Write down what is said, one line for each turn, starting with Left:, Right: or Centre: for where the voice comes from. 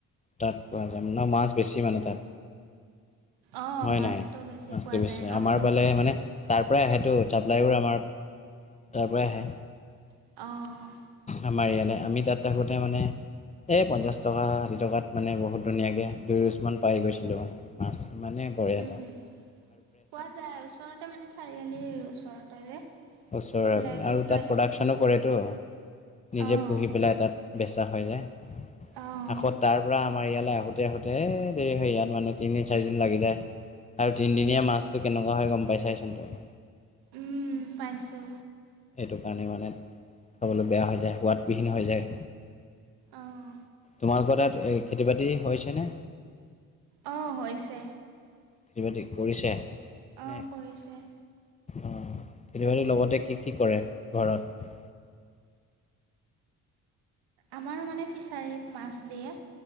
Left: তাত পোৱা যায় ন মাছ বেছি মানে তাত
Right: অঁ
Left: হয়
Right: মাছটো
Left: নাই
Right: বেছি
Left: মাছটো
Right: পোৱা
Left: বেছি
Right: যায় উম
Left: আমাৰ ফালে মানে তাৰ পৰাই আহেটো ছাপ্লাইো আমাৰ তাৰ পৰাই আহে
Right: অঁ।
Left: আমাৰ য়ালৈ আমি তাত থাকোঁতে মানে এই পঞ্চাছ টকা ষাঠি টকাত মানে বহুত ধুনীয়াকে দুই ৰোজমান পাই গৈছিলোঁ মানে। পাছ মানে বৰিয়া
Right: উম পোৱা যায় আ, ওচৰতে মানে চাৰিআলিৰ ওচৰতে যে।
Left: ওচৰৰে
Right: ওলাই গ'লে
Left: আৰু
Right: লৈ
Left: তাত
Right: আহিব
Left: প্ৰডাচনো
Right: পৰা যায়
Left: কৰেতো নিজে
Right: অঁ
Left: পুহি পেলাই তাত বেচা হৈ যায়।
Right: অঁ
Left: আকৌ তাৰ পুৰা আমাৰ ইয়ালৈ আহোতে আহোঁতে দেৰি হৈ ইয়াত মানে তিনদিন চাৰিদিন লাগি যায় আৰু তিনিদিনীয়া মাছতটো কেনেকুৱা হয় গম পাইচাই চোন তুমি।
Right: উম পাইছো।
Left: সেইটো কাৰণে মানে খাবলৈ বেয়া হৈ যায় সোৱাদবিহীন হৈ যায়
Right: অঁ
Left: তোমালোকৰ তাত এ খেতি বাতি হৈছে নে
Right: অঁ, হৈছে।
Left: খেতি বাতি কৰিছে
Right: অ',
Left: নে
Right: কৰিছে
Left: অঁ, খেতি বাতিৰ লগতে কি কি কৰে ঘৰত?
Right: আমাৰো মানে ফিছাৰীত মাছ দিয়ে